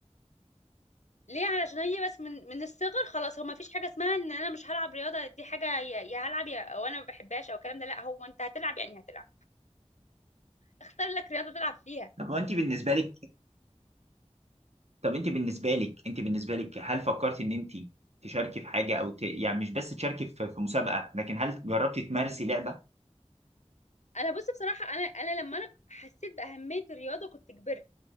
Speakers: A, on the left (about 85°); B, on the right (about 65°).
A: ليه علشان هي بس من من الصغر خلاص هو ما فيش حاجه اسمها ان انا مش هلعب رياضه دي حاجه يا يا هلعب يا او انا ما بحبهاش او الكلام ده لا هو انت هتلعب يعني هتلعب اختار لك رياضه تلعب فيها
B: طب هو انت بالنسبه لك طب انت بالنسبه لك انت بالنسبه لك هل فكرت ان انت تشاركي في حاجه او ت... يعني مش بس تشاركي في... في مسابقه لكن هل جربتي تمارسي لعبه
A: انا بص بصراحه انا انا لما انا حسيت باهميه الرياضه كنت كبرت